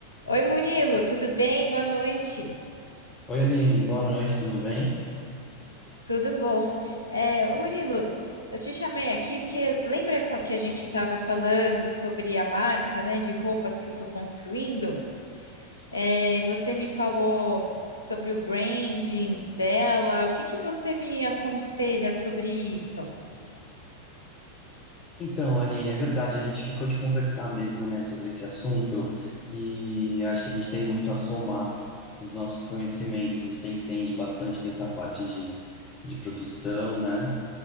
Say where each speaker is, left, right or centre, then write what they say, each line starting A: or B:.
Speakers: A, on the left; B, on the left.
A: Oi, Murilo, tudo bem? Boa noite.
B: Oi, Aline, boa noite, tudo bem?
A: Tudo bom? É, ô, Murilo, eu te chamei aqui porque lembra quan- que a gente estava falando sobre a marca, né, de roupas que eu estou construindo? É, e você me falou sobre o branding dela. O que que você me aconselha sobre isso?
B: Então, Aline, é verdade, a gente ficou de conversar mesmo, né, sobre esse assunto e acho que a gente tem muito a somar os nossos conhecimentos. Você entende bastante dessa parte de, de produção, né?